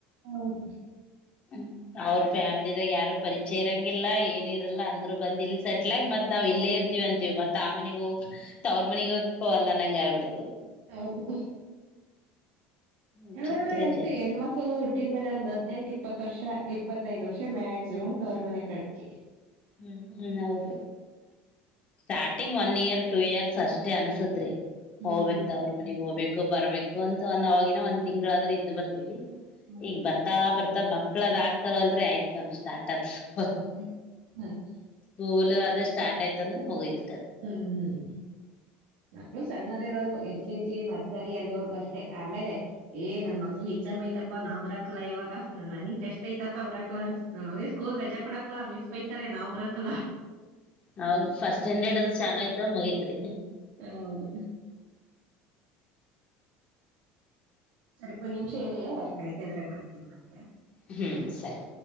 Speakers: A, on the right; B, on the left.
A: ಹೌದು
B: ಹ ಅವ್ರ ಫ್ಯಾಮಿಲಿದಾಗ ಯಾರು ಪರಿಚಯಂಗಿಲ್ಲ ಏನ ಇರಲ್ಲ ಅಂದ್ರು ಬಂದ ಇಲ್ಲಿ ಸೆಟ್ಲ್ ಆಗಿ ಮತ್ ನಾವ್ ಇಲ್ಲೇ ಇ ವಂತೀವಿ ಮತ್ ಆ ಮನಗ ಹೋಗ ಅವ್ರ ಮನಿಗೋಗಲ್ಲ ನಂಗಗೆ ಆಬಿಡ್ತ
A: ಹೌದು
B: ವಿಚಿತ್ರ
A: ಅಾದೂ ಎಷ್ಟು
B: ಜನ
A: ಹೆಣ್ಮಕ್ಳ ಊಟ ಇಟ್ಟಿದ್ಮೇಲೆ ಒಂದ್ ಹದ್ಿನೆಂಟು ಇಪ್ಪತ್ ವರ್ಷ ಇಪ್ಪತ್ತೈದ್ ವರ್ಷ ಮ್ಯಾಕ್ಸಿಮಮ್ ತವರ್ ಮನೆ ಕಡೆಕಿ
B: ಹ್ಮ್ ಹ್ಮ ಹೌದ್ರಿ starting one year two years ಅಷ್ಟೇ ಅನ್ಸತ್ರಿ
A: ಹ್ಮ್
B: ಹೋಗ್ಬೇಕಕ್ ಅವ್ರ ಮನಗ್ ಹೋಗ್ಬೇಕ ಬರ್ಬೇಕು ಅಂತ ಒಂದ್ ಆವಾಗಿನ ಒಂದ್ ತಿಂಗಳಾದ್ರೆ ಇದ್ದ್ ಬರ್ತೀವಿ
A: ಹೌದು
B: ಈಗ ಬರ್ತಾ ಬರ್ತಾ ಮ ಮಕ್ಳದ ಆಗ್ತವಲ್ರಿ ಆಯ್ತ್ ನೋ ಸ್ಟಾರ್ಟ ಅದ
A: ಹ್ಮ್ ಹ್ಮ್
B: ಸ್ಕೂಲ್ ಅದು ಸ್ಟಾರ್ ಆಯ್ತ ಅಂದ್ರೆ ಮುೋಗಯತ್
A: ಹ್ಮ್ ನಕ್ಳು ಸರಿನಾರ ಇ ಕೆ ಜಿ ನರ್ಸರಿ ಅಲ್ಲಿವರ್ಗೂ ಅಷ್ಟೇ ಆಮೇಲೆ ಏ ನನ್ ಮಗನಿಗೆ ಎಕ್ಸಾಮ್ ಐತಪ್ಪಾ ನಾವು ಬರಕಲ್ಲ ಇವಾಗ ನನ್ ಮನಿ ಟೆಸ್ಟ್ ಐತಪಾ ಬರಕ್ಲ ನನ್ ಮಗ ಸ್ಕೂಲ್ ರಜಾ ಕೊಡಕಲಾ ಮಿಸ್ ಬೈತಾರೆ ನಾವ್ ಬರಕಲ್ಲಾ
B: ಹೌದ ಫಸ್ಟ್ ಸ್ಟ್ಯಾಂಡರ್ಡ್ ಅದು ಚಾಲೋ ಆಯ್ತವ ಮಗೈತ್ರಿ
A: ಹೌದು ಸರಿ ಒಂದ್ ನಿಮಿಷ ಏರಿ ಯರ ಕರೀತಿ ಅ ಆದ್ರೆ ಮಾಡ್ತನಿ ಮತ್ತೆ
B: ಹ್ಮ್ ಸರಿ